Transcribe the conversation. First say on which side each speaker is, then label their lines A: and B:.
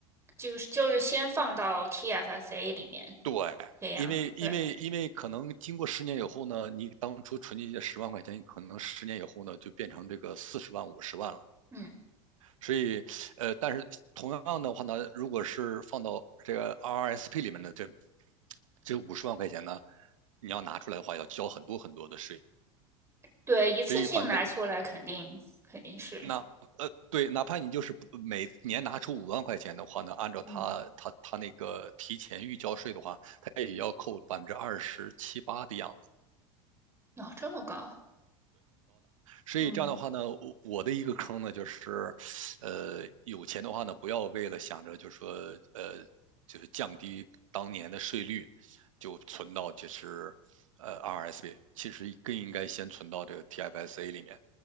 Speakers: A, on the right; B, on the right.
A: 就是就是先放到 TFSA 里面，
B: 对，
A: 这样对，
B: 因为因为因为可能经过十年以后呢，你当初存进去十万块钱，可能十年以后呢就变成这个四十万、五十万了。
A: 嗯
B: 所以，呃，但是同样的话呢，如果是放到这个 RRSP 里面的这这五十万块钱呢，你要拿出来的话，要交很多很多的税。
A: 对，一次性拿出来肯定肯定是，
B: 所以，反正那呃，对，哪怕你就是每年拿出五万块钱的话呢，按照他他他那个提前预交税的话，
A: 嗯，
B: 他也要扣百分之二十七八的样子。
A: 哦，这么高啊，
B: 所以这样的话呢，
A: 嗯
B: 我我的一个坑呢，就是，呃，有钱的话呢，不要为了想着就说，呃，就是降低当年的税率，就存到就是，呃，RSP，其实更应该先存到这个 TFSA 里面